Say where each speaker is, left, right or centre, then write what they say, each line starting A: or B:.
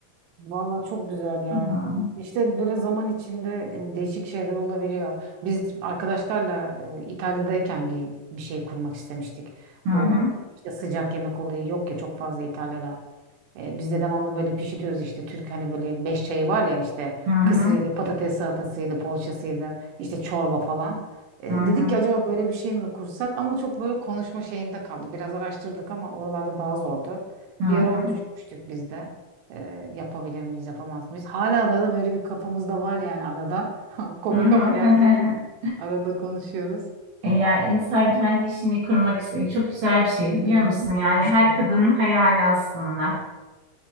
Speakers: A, on the right; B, on the right.
A: Vallahi çok güzel ya.
B: Hı hı.
A: İşte böyle zaman içinde e, değişik şeyler olabiliyor. Biz arkadaşlarla e, İtalya'dayken bir bir şey kurmak istemiştik.
B: Hı
A: Bu
B: hı.
A: işte sıcak yemek olayı yok ya çok fazla İtalya'da. E, biz de devamlı böyle pişiriyoruz işte Türk hani böyle beş çayı var ya işte
B: Hı hı.
A: kısırıydı, patates salatasıydı, poğaçasıydı, işte çorba falan. E,
B: Hı hı.
A: dedik ki acaba böyle bir şey mi kursak ama çok böyle konuşma şeyinde kaldı. Biraz araştırdık ama oralarda daha zordu.
B: Hı hı.
A: Bir ara onu düşünmüştük biz de. E, yapabilir miyiz, yapamaz mıyız? Hala da da böyle bir kafamızda var yani arada. <laughs> Komik
B: Hı hı.
A: ama gerçi
B: <laughs>
A: arada konuşuyoruz.
B: Eğer insan kendi işini kurmak istiyor, çok güzel bir şey biliyor
A: E, bilmiyorum,
B: musun? Yani
A: düşündüm.
B: her kadının hayali aslında.